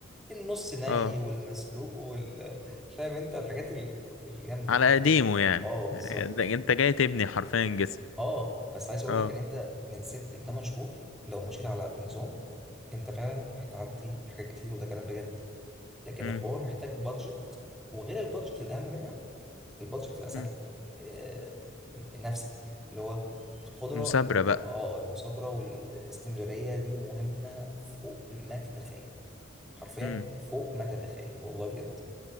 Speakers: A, in the centre; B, on the left (about 80°).
A: النص ني
B: أه
A: والمسلوق وال فاهم انت الحاجات ال- الجامده
B: على
A: دي اللي
B: قديمه
A: هي
B: يعني
A: اه بالظبط
B: ده- أنت جاي تبني حرفيا جسم
A: اه بس عايز اقول
B: أه
A: لك ان انت من ست لتمن شهور لو مشيت على نظام انت فعلا هتعدي حاجات كتير وده كلام بجد لكن
B: أمم.
A: الحوار محتاج بادجت وغير البادجت الاهم منها البادجت تبقى سهله
B: أمم.
A: آه، نفسك اللي هو القدره
B: مثابرة
A: اللي انت
B: بقى
A: اه المثابره والاستمراريه دي مهمه فوق ما تتخيل حرفيا
B: امم
A: فوق ما تتخيل والله بجد